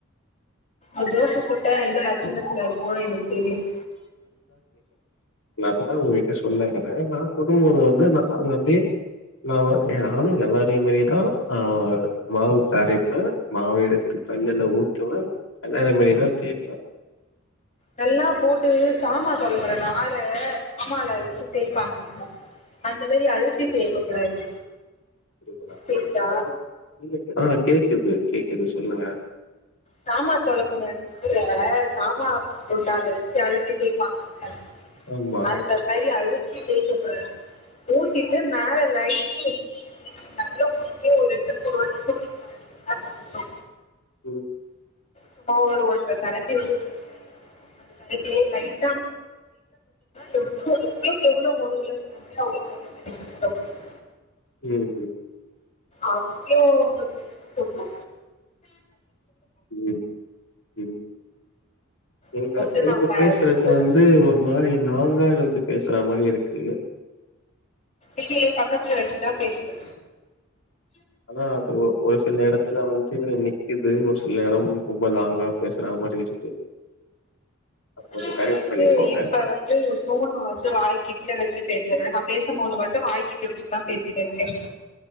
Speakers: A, on the left; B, on the left.
A: ஒரு தோசை சுட்டா எந்த லட்சணத்துல இருக்கும்னு எனக்கு தெரியும்
B: நான்ட்டு தான் உங்ககிட்ட சொல்ல வறேன் நான் சொல்லும் போது வந்து நான் அப்படியே நான் நானும் எல்லாரையும் மாதிரிதான் ஆ மாவுக்கு அரைப்பேன் மாவை எடுத்து கல்லுல்ல ஊத்துவேன் எல்லாரையும் மாதிரிதான் தீ்ப்பேன்
A: நல்லா போட்டு சாமான் துலைக்குற நார சாமால வச்சு தேய்ப்பாங்க அந்த மாதிரி அழுத்தி தேய்க்க கூடாது
B: கு <unintelligible>
A: கேக்குதா
B: ஆ கேக்குது கேக்குது சொல்லுங்க
A: சாமா துலைக்கற இதுல சாமா குண்டால வச்சு அழுத்தி தேய்ப்பாங்கல
B: ஆமா
A: அடுத்த கை <unintelligible> தரக்கி அழு ாரு ஊத்திட்டு மேறலை வச்சு நீங்க பிரடிச்சந்தா உங்களுக்கே ஒரு ரெண்டு மூணு வருட்டம் சொல்லீங்காங்க <unintelligible>
B: ம்
A: சும்மா ஒரு ஒன்றரை கரண்டி ஊத்திட்டேன் <unintelligible> ட்டா
B: ம்
A: எவளோ எவளவு எவ்ளோ முழுவுல சொல்ல முடியா அவவளவு அவ்வளவு நெச சொல்ல முடியும் <unintelligible>
B: ம் ம்
A: அவ்ளோ <unintelligible> சொமா
B: ம் ம் நீங்க
A: அது வந்து
B: நீங்க
A: நம்ம
B: பேசுறது
A: சொல்றத
B: வந்து ஒரு மாதிரி நாங்காருந்து பேசுற மாரி இருக்கு
A: இப்ப ஏன் பக்கத்துல வெச்சுதா பேசுறோ
B: ஆனா அது ஒ-ஒரு சில எடத்துல வந்து நிக்கிது ஒரு சில எடம் ரொம்ப லாங்கா பேசுறா மாரி இருக்கு கொஞ்சம்
A: நா
B: கரெக்ட்
A: வந்து
B: பண்ணிக்கோங்க.
A: இப்ப வந்து போன்னு வந்து வாய்கிட்ட வெச்சு பேஸ் <unintelligible> நா பேசும்போது மட்டும் வாய்கிட்ட வெச்சுதா பேசிட்ருக்கே